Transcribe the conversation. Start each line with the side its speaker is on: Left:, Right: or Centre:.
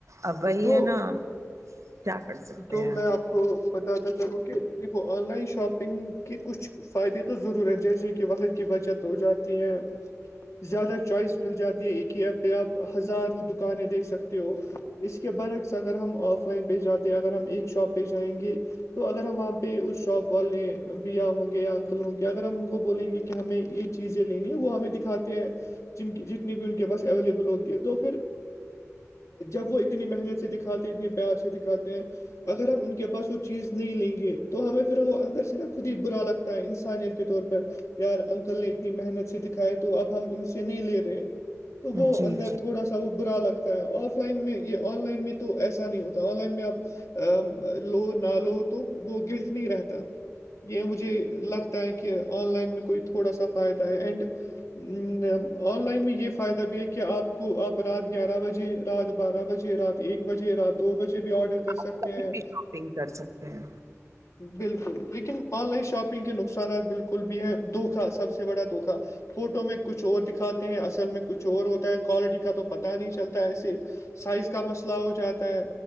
Right: ا وہی
Left: تو
Right: ہے نا کیا کر سکتے
Left: تو
Right: ہیں
Left: میں آپ کو بتاتا چاہوں کہ دیکھو آن لائن شاپنگ کی کچھ فائدے تو ضرور ہیں جیسے کہ وقت کی بچت ہو جاتی ہے زیادہ چوائس مل جاتی ہے ایک ہی ایپ پہ آپ ہزاروں دکانیں دیکھ سکتے ہو اس کے برعکس اگر ہم آف لائن پہ جاتے اگر ہم ایک شاپ پہ جائیں گے تو اگر ہم وہاں پہ اس شاپ والے بیا ہوں گے یا ا انکلوں کے اگر ہم ان کو بولیں گے کہ ہمیں یہ چیزیں لینی ہے وہ ہمیں دکھاتے ہیں جن کی جتنی بھی ان کے پاس اویلیبل ہوتی ہے تو پھر جب وہ اتنی محنت سے دکھاتے ہیں اتنے پیار سے دکھاتے ہیں اگر ہم ان کے کے پاس وہ چیز نہیں لیں گے تو ہمیں پھر وہ اندر سے نا خود ہی برا لگتا انسانیت کے طور پر یار انکل نے اتنی محنت سے دکھایا تو اب ہم ان سے نہیں لے رہے ہیں تو وہ
Right: جی
Left: اندر
Right: جی
Left: تھوڑا سا وہ برا لگتا ہے آف لائن میں یہ آن لائن میں تو ایسا نہیں ہوتا آ لائن میں آپ لو نہ لو تو وہ گرس نہیں رہتا یہ مجھے لگتا ہے کہ آن لائن میں کوئی تھوڑا سا فائدہ ہے اینڈ آن لائن میں یہ فائدہ بھی ہے کہ آپ کو اب رات گیارہ بجے رات بارہ بجے رات ایک بجے رات دو بجے بھی آڈر کر
Right: آپ
Left: سکتے
Right: کبھی
Left: ہیں
Right: بھی شاپنگ کر سکتے ہیں
Left: بالکل لیکن آن لائن شاپنگ کے نقصانات بالکل بھی ہیں دھوکا سب سے بڑا دھوکا فوٹو میں کچھ اور دکھاتے ہیں اصل میں کچھ اور ہوتا ہے کوالٹی کا تو پتا نہیں چلتا ہے ایسے سائز کا مسئلہ ہو جاتا ہے